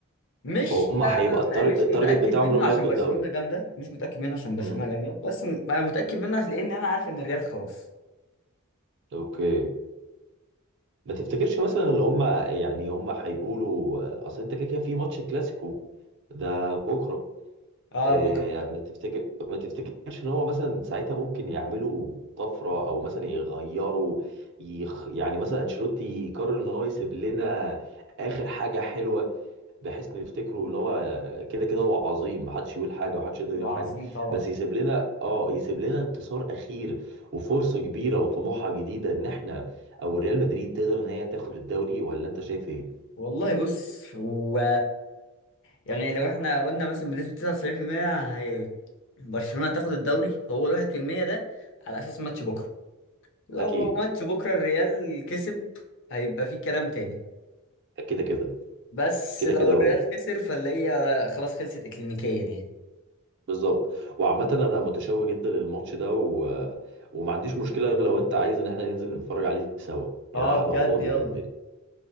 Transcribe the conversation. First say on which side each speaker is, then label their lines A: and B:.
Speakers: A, on the left; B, on the right.
A: مش
B: فهم
A: آه،
B: هيبقى التار-
A: مش
B: التارجت
A: متاكد
B: بتاعهم
A: منه
B: اللي هم
A: عشان
B: ياخدوا
A: برشلونه
B: الدوري
A: جامده مش متاكد منه عشان برشلونه
B: امم
A: جامده بس م- انا متاكد منه عشان لان انا عارف ان الريال خلاص
B: اوكي ما تفتكرش مثلا اللي هم يعني هم هيقولوا آه، اصل انت كده كده في ماتش كلاسيكو ده بكره
A: اه
B: آه،
A: بكره
B: يعني ما تفتكر ما تفتكرش ان هو مثلا ساعتها ممكن يعملوا طفره او مثلا يغيروا يخ... يعني مثلا انشيلوتي يقرر ان هو يسيب لنا اخر حاجه حلوه بحيث إن يفتكروا اللي هو كده كده هو عظيم محدش يقول حاجه ومحدش يقدر يقول
A: وعظيم
B: حاجه
A: طبعا
B: بس يسيب لنا اه يسيب لنا انتصار اخير وفرصه كبيره وطموحه جديده ان احنا او ريال مدريد تقدر ان هي تاخد الدوري ولا انت شايف ايه؟
A: والله بص هو يعني لو احنا قلنا مثلا بنسبه 99% هي برشلونه تاخد الدوري فهو ال 1% ده على اساس ماتش بكره لو
B: اكيد
A: ماتش بكرة الريال كسب هيبقى فيه كلام تاني
B: كده كده
A: بس
B: كده
A: لو
B: كده
A: الريال
B: و-
A: خسر فاللي خلاص خلصت اكلينيكيا يعني
B: بالظبط وعامه انا متشوق جدا للماتش ده و... وما عنديش مشكله لو انت عايز ان احنا ننزل نتفرج عليه سوا يعني
A: اه
B: انا هبقى
A: بجد
B: فاضي
A: يلا
B: بجد يعني.